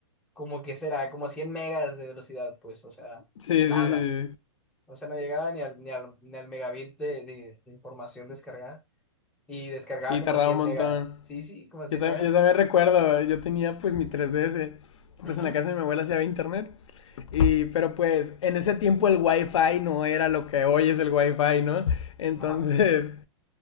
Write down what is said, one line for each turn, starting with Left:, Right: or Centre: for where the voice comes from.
Centre: como que será, como 100 megas de velocidad, pues, o sea,
Left: Sí, sí,
Centre: nada.
Left: sí. Sí,
Centre: O sea, no llegaba ni al, ni al, ni al megabit de, de- de información descargada. Y descargaba
Left: Sí,
Centre: como
Left: tardaba
Centre: 100
Left: un montón.
Centre: megas. Sí, sí, como 100
Left: Yo, tam-
Centre: megas.
Left: yo también recuerdo, yo tenía pues mi 3DS. Pues
Centre: Ujú,
Left: en la casa de mi abuela se había internet. Y, pero pues en ese tiempo el wifi no era lo que hoy es el wifi, ¿no? Entonces,
Centre: Ajá,